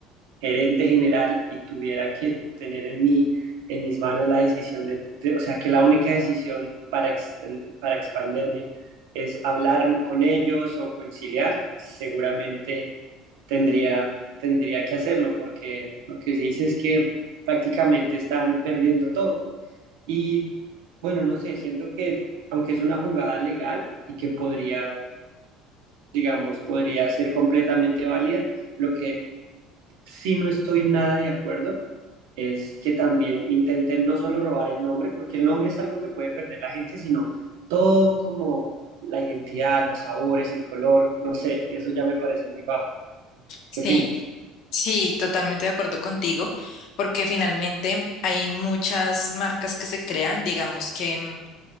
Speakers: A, on the right (about 80°); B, on the left (about 65°).
A: gerente general y tuviera que tener en mi, en mis manos la decisión de, de o sea, que la única decisión para, ex, para expanderme es hablar con ellos o conciliar, seguramente tendría, tendría que hacerlo porque lo que se dice es que prácticamente están perdiendo todo. Y bueno, no sé, siento que aunque es una jugada legal y que podría, digamos, podría ser completamente válida, lo que sí no estoy nada de acuerdo es que también intenten no solo robar el nombre, porque el nombre es algo que puede perder la gente, sino todo como la identidad, los sabores, el color, no sé, eso ya me parece muy bajo.
B: Sí.
A: ¿Qué opinas?
B: Sí, totalmente de acuerdo contigo, porque finalmente hay muchas marcas que se crean, digamos que mm,